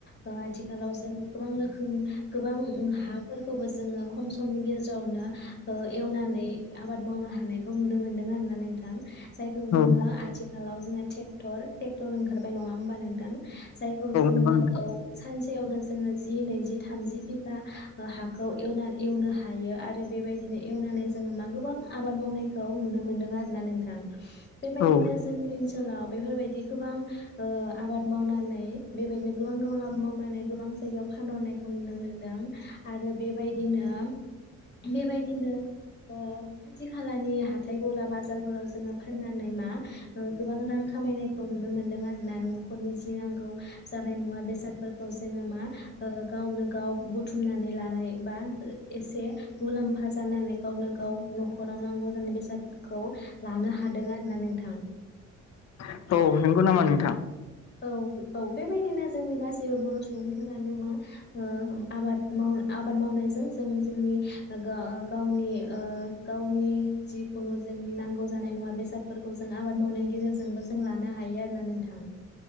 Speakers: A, on the left; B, on the left.
A: ओ आथिखालाव जोङो गोबां रोखोम गोबां हाफोरखौबो जोङो खम समनि गेजेरावनो ओ एवनानै आबाद मावनो हानायखौ नुनो मोनदों आरोना नों नोंथां जायखौ
B: औ
A: जोङो आथिखालाव जोंङो टेक ट्रेक्टर ओंखारबाय नङा होमबा नों जायखौ जोङो
B: नंगौ नोंथां
A: औ सानसेयावनो जोङो जि नैजि थामजि बिघा हाखौ एवना एवनो हायो आरो बेबायदिनो एवनानै जोङो मा गोबां आबाद मावनायखौ नुनो मोन्दों आरो थां बेबायदिनो
B: औ
A: जोंनि ओनसोलाव बेफोरबायदि गोबां ओ आबाद मावनानै बेबायदिनो गोबां गोबां आबाद मावनानै गोबां जायगायाव फानहरनायखौ नुनो मोनदों आरो बेबायदिनो बेबायदिनो ओ खाथि खालानि हाथाय गला बाजार फोराव जोङो फाननानै मा गोबां रां खामायनायखौ नुनो मोनदों आरोना न'खरनि जि नांगौ जानाय मुवा बेसादफोरखौ जोंनो मा ओ गावनो गाव बुथुमनानै लानाय बा एसे मुलाम्फा जानानै गावनो गाव न'खराव नांगौ जानाय बेसादफोरखौ। लानो हादों आरो ना नोंथां।
B: औ नंगौ नोंथां औ नंगौ नामा नोंथां
A: औ-औ-औ। बेबायदिनो जोंनि गासैबो बर' सुबुंफोरानो मा ओ आबाद माव आबाद मावनायजों। जों जोंनि ओ गा-गावनि ओ गावनि जिखुनु जोंनि नांगौ जानाय मुवा बेसादफोरखौ जों आबाद मावनायनि गेजेरजोंबो जों लानो हायो आरोना नोंथां।